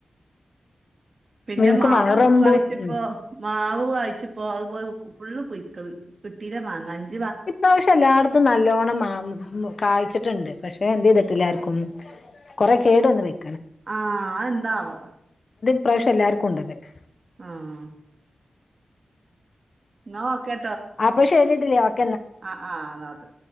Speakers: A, on the right; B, on the left.
A: പിന്നെ
B: ഇൻക്കും
A: മാവ്
B: വാങ്ങ റംബൂ
A: കായിച്ചിപ്പോ
B: ഉം
A: മാവ് <unintelligible> പുഴുക്കള് <unintelligible>
B: ഇപ്രാവശ്യം എല്ലായിടത്തും നല്ലോണ്ണം മാ <unintelligible> കായ്ച്ചിട്ടുണ്ട് പക്ഷെ <unintelligible> ഞാൻ എന്ത് ചെയ്തിട്ടില്ലേ ആർക്കും കുറെ കേട് വന്ന് പോയി
A: ആഹ് അത് എന്താവോ
B: ഈപ്രാവശ്യം എല്ലാവർക്കും ഉണ്ടത് <inaudible>
A: ആഹ് എന്നാ ഓക്കെ
B: അപ്പോ ശെരി <unintelligible>
A: അ ആഹ് ന്നാ ഓക്കെ